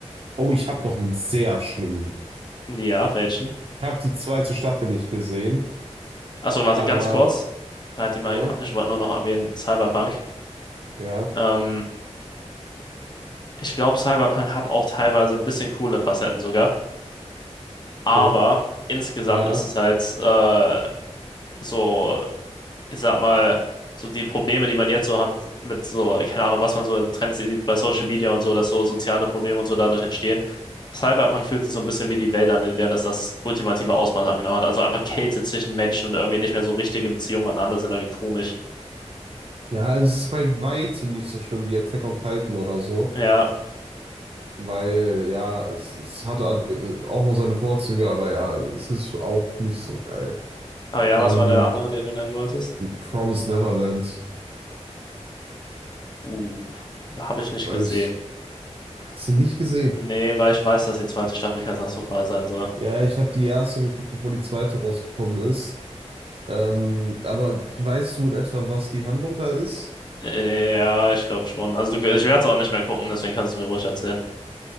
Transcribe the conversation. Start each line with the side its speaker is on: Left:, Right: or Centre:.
Right: Oh, ich habe noch einen sehr schlimmen.
Left: Ja, welchen?
Right: Ich habe die zweite Staffel nicht gesehen,
Left: Achso, warte,
Right: aber.
Left: ganz kurz. Halt dir mal
Right: Hä?
Left: im Kopf, ich wollte nur noch erwähnen, Cyberpunk.
Right: Ja,
Left: Ähm, ich glaube, Cyberpunk hat auch teilweise ein bisschen coole Facetten sogar. Aber
Right: okay.
Left: insgesamt
Right: Ja.
Left: ist es halt äh, so ich sag mal, so die Probleme, die man jetzt so hat mit so, keine Ahnung, was man so in Trends sieht bei Social Media und so, dass so soziale Probleme und so dadurch entstehen. Cyberpunk fühlt sich so ein bisschen wie die Welt an, in der das das ultimative Ausmaß angenommen hat. Also einfach Kälte zwischen Menschen und irgendwie nicht mehr so richtige Beziehungen aneinander sind irgendwie komisch.
Right: Ja, es ist bei weitem nicht so schlimm wie Attack on Titan oder so.
Left: Ja,
Right: Weil, ja, es, es hatte äh, auch noch seine Vorzüge, aber ja, es ist auch nicht so geil.
Left: aber ja,
Right: Ähm,
Left: was war der andere, den du nennen wolltest?
Right: Promised Neverland.
Left: Uh, habe ich nicht
Right: Weiß
Left: gesehen.
Right: ich, hast du nicht gesehen?
Left: Nee, weil ich weiß, dass die zweite Staffel katastrophal sein soll.
Right: Ja, ich habe die erste geguckt, bevor die zweite rausgekommen ist. Ähm, aber weißt du in etwa, was die Handlung da ist?
Left: Ja, ich glaube schon. Also du- ich werde es auch nicht mehr gucken, deswegen kannst du es mir ruhig erzählen.